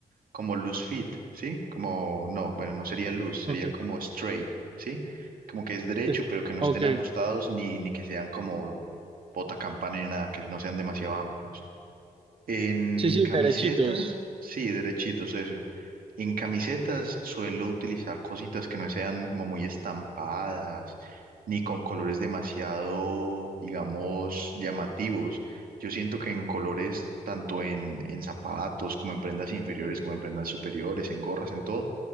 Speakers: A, on the right (about 70°); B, on the right (about 35°).
A: como loose fit, ¿sí? Como, no, bueno, no sería loose, sería
B: Ok,
A: como straight, ¿sí? Como que es derecho,
B: es-
A: pero que no
B: ok,
A: estén ajustados ni, ni que sean como bota campana ni nada, que no sean demasiado amplios. En
B: sí, sí,
A: camisetas,
B: derechitos,
A: sí, derechitos, eso. En camisetas suelo utilizar cositas que no sean como muy estampadas, ni con colores demasiado, digamos, llamativos. Yo siento que en colores, tanto en, en zapatos, como en prendas inferiores, como en prendas superiores, en gorras, en todo,